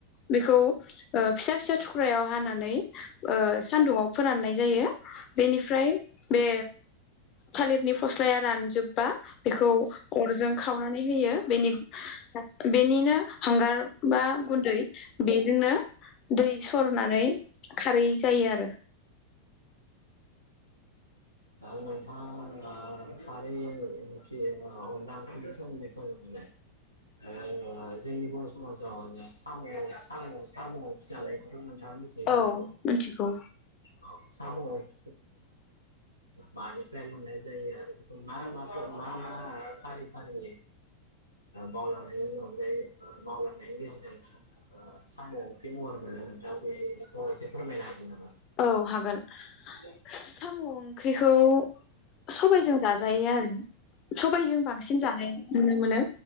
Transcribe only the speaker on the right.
औ नोंथाङा खारै ओंख्रि आव अनला ओंख्रिनि सोमोन्दै फोरमाय खांबाय ओ जोंनि बर' समाजाव साम'-साम' <unintelligible> साम' ओंख्रि जानायखौथ' नोंथाङा मिथियो जानांगौ?
औ साम'खौथ' मानिफ्राय मोननाय जायो आरो मा मा फर्मुला मा फारि फारि मावलांनायनि अनगायै मावलांनायनि गेजेरजों साम' ओ ओंख्रि महर मोनो नोंथाङा बेखौ एसे फोरमायनो हागोन नामा?
औ